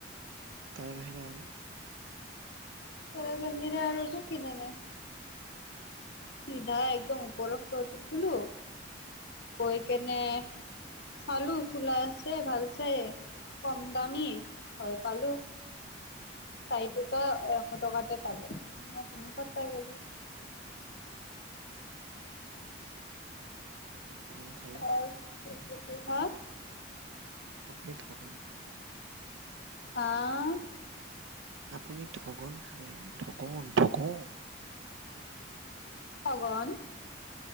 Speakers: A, on the right (about 70°); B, on the left (about 55°).
A: তাৰ বাহিৰে আৰু।
B: তাৰ বাহিৰে আৰু একো কিনা নাই। সিধা একদম ওপৰৰ ফ্ল'টোত। চালো, গৈ কেনে
A: উম,
B: চালো। চোলা আছে ভাল চাই, কম দামী। হয় পালো। তাই টো তা এশ টকাতে। <unintelligible> <unintelligible> ল মই তিনিশত পাই গ'লো।
A: <inaudible> খালে
B: অ' হল <unintelligible>
A: আপুনি ঠগন খালে।
B: অহ
A: আপুনি ঠগন খালে। ঠগন, ঠগন।
B: ঠগন।